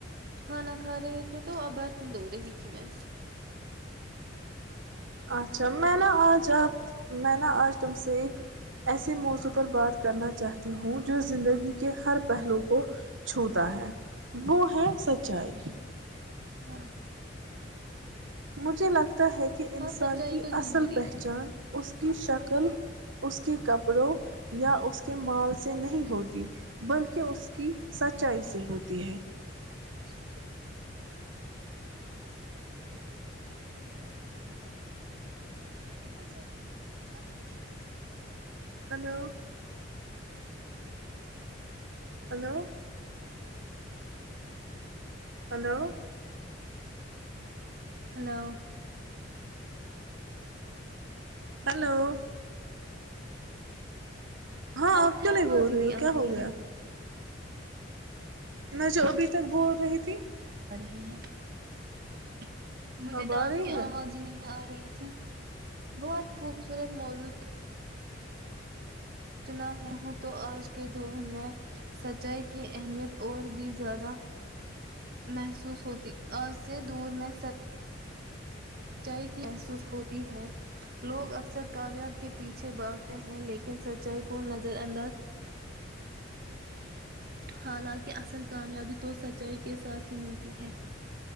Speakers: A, on the right (about 50°); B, on the right (about 85°).
A: کھانا کھا رہے تھے تو اب برتن دھو رہی تھی میں
B: اچھا میں نا آج آپ میں نا آج تم سے ایک ایسے موضوع پر بات کرنا چاہتی ہوں جو زندگی کہ ہر پہلو کو چھوتا ہے وہ ہے سچائی
A: ہاں
B: مجھے لگتا ہے کہ انسان
A: ہاں سچائی
B: کی
A: تو
B: اصل
A: ضروری
B: پہچان
A: ہے
B: اس کی شکل ک اس کے کپڑوں یا اس کے مال سے نہیں ہوتی بلکہ اس کی سچائی سے ہوتی ہے <unintelligible>
A: <inaudible> کتنا sir <unintelligible>
B: hello <unintelligible> hello hello <unintelligible>
A: hello <unintelligible>
B: hello <unintelligible> ہاں
A: آپ کی
B: کیوں
A: آواز
B: بول
A: ہی نہیں
B: ہو
A: آ
B: کیا
A: رہی
B: ہو گیا
A: ہے
B: میں جو ابھی <unintelligible> تک بول رہی تھی <unintelligible>
A: ٹ ہے <unintelligible> مجھے
B: اب
A: تو
B: آ
A: آپ
B: رہی
A: کی
B: ہے
A: آواز ہی نہیں آ رہی تھی بہت خوبصورت موضو چنا ہے ہوں تو آج کے دور میں سچائی کی اہمیت اور بھی زیادہ محسوس ہوتی آج سے دور میں سچائی کی محسوس ہوتی ہے لوگ اکثر کامیاب کے پیچھے بھاگتے ہیں لیکن سچائی کو نظر انداز جی <unintelligible> حالانکہ اصل کامیابی تو سچائی کے ساتھ ہی ملتی ہے